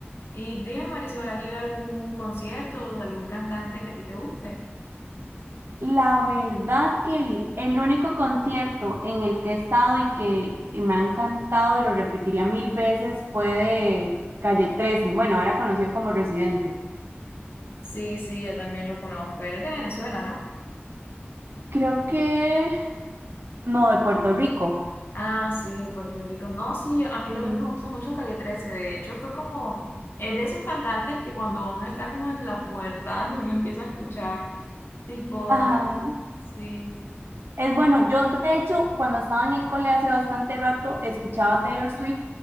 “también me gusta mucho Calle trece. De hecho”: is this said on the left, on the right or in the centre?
Left